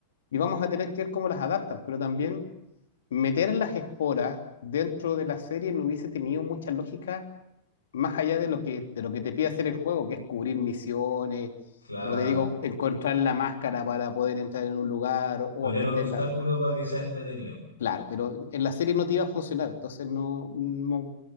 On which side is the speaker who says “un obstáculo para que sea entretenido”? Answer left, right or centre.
Left